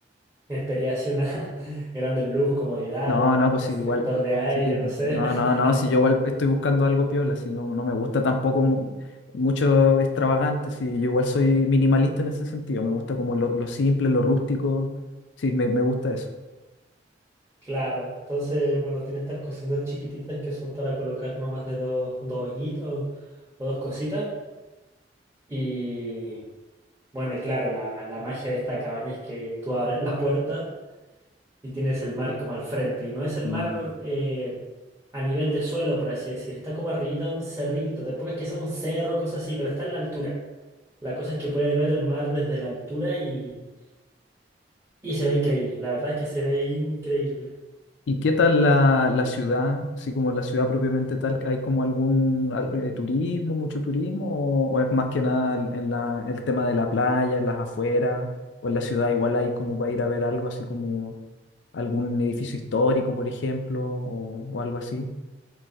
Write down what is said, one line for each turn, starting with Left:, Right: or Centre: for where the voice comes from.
Right: espería así una <laughs> gran lujo, comodidades
Left: No,
Right: o
Left: no, pues
Right: extractor
Left: sí, igual.
Right: de aire,
Left: Sí, pues,
Right: no sé.
Left: no, no, no,
Right: <laughs>
Left: si yo igual estoy buscando algo piola, si no, no me gusta tampoco mu- mucho extravagante, si yo igual soy minimalista en ese sentido, me gusta como lo, lo simple, lo rústico, sí, me, me gusta eso.
Right: Claro, entonces, bueno, tiene estas cositas chiquititas que son para colocar no más de dos, dos hoyitos o, o dos cositas. Y bueno, y claro, la, la magia de esta cabaña es que tú abres la puerta y tienes el mar como al frente. Y no es el
Left: Mm.
Right: mar eh, a nivel de suelo, por así decir. Está como arribita de un cerrito. Tampoco es que sea un cerro, cosas así, pero está en la altura. La cosa es que puedes ver el mar desde la altura y, y se ve increíble. La verdad es que se ve increíble.
Left: ¿Y qué tal la, la ciudad, así como la ciudad propiamente tal, hay como algún al- eh, turismo, mucho turismo, o, o es más que nada en en la, el tema de la playa, en las afueras, o en la ciudad igual hay como para ir a ver algo así como... algún edificio histórico, por ejemplo, o, o algo así,